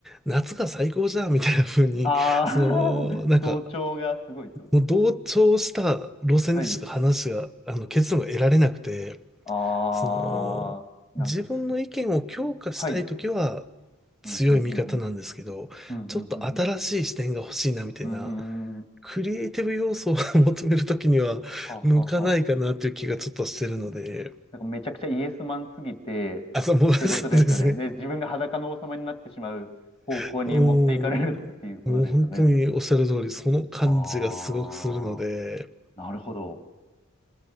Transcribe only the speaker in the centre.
夏が最高じゃんみたいな風に、
その、なんか、
もう同調した路線でしか話が、
あの、結論が得られなくて、
その、自分の意見を強化したいときは
強い味方なんですけど、
ちょっと新しい視点が欲しいなみたいな、
クリエイティブ要素を <laughs> 求めるときには向かないかなという気がちょっとしてるので、
あ、そうもう
<laughs> そうですね。
もう、もう本当におっしゃる通り、
その感じがすごくするので、